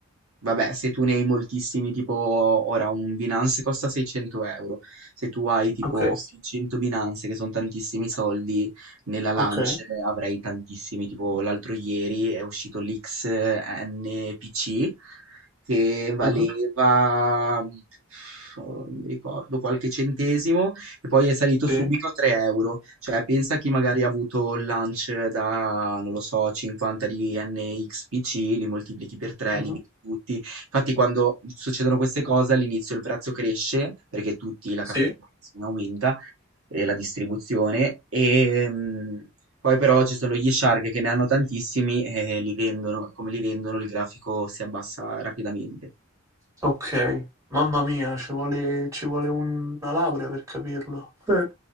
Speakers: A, on the right (about 85°); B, on the right (about 15°).
A: Vabbè, se tu ne hai moltissimi, tipo ora un Binance costa 600 euro, se tu hai tipo
B: ok,
A: 600 Binance, che sono tantissimi soldi, nella Lance
B: ok,
A: avrai tantissimi, tipo l'altro ieri è uscito l'XNPC che valeva,
B: ah,
A: pff, non mi ricordo, qualche centesimo e poi è salito subito
B: sì,
A: a 3 euro. Cioè, pensa chi magari ha avuto il launch da, non lo so, 50 di NXPC, li moltiplichi per 3,
B: ah,
A: li vendi tutti. Infatti, quando succedono queste cose, all'inizio il prezzo cresce perché tutti la
B: sì,
A: capitalizzazione aumenta e la distribuzione e mm, Poi però ci sono gli shark che ne hanno tantissimi e li vendono, come li vendono il grafico si abbassa rapidamente.
B: ok. Mamma mia, ci vuole, ci vuole una laurea per capirlo. Eh,